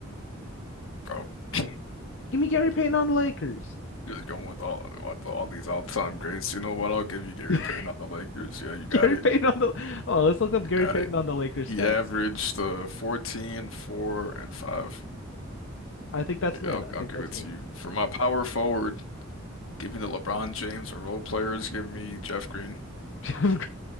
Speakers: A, on the left (about 80°); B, on the left (about 65°).
A: bro. <laughs>
B: Give me Gary Payton on the Lakers.
A: Just going with all with all these all-time greats. You know what? I'll give you Gary
B: <laughs>
A: Payton on the Lakers. Yeah, you got
B: Gary
A: it.
B: Payton on the Oh, let's look up
A: You
B: Gary
A: got
B: Payton
A: it.
B: on the Lakers
A: He
B: stats.
A: averaged uh, 14, 4, and 5.
B: I think that's
A: Yeah,
B: mid.
A: I'll,
B: I
A: I'll
B: think
A: give
B: that's
A: it
B: mid.
A: to you. For my power forward, give me the LeBron James or role players. Give me Jeff Green.
B: <laughs> Jeff